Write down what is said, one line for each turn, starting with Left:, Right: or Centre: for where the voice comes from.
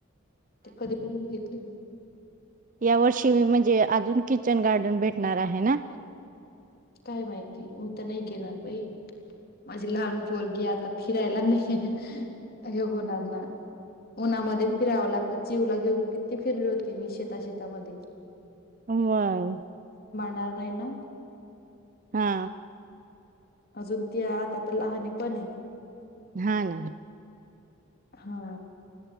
Left: ते कधी-कधी घेतले.
Right: या वर्षी मी म्हणजे अजून किचन गार्डन भेटणार आहे ना.
Left: काय माहिती मू तर नाही घेणार भाई माझी लहान पोरगी आता फिरायला नाही. हे होणार ना उन्हामध्ये फिरावं लागत. चिवला घेऊन किती फिरले होते मी शेता शेतामध्ये.
Right: होय,
Left: नार नाही ना.
Right: हा,
Left: अजून ते आता तर लहने पण हाय.
Right: हा ना,
Left: हा